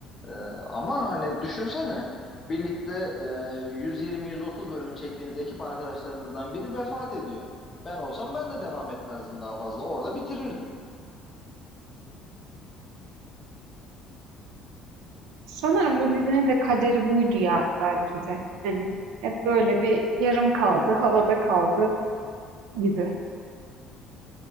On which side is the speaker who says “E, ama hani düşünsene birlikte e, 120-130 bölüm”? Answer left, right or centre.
Left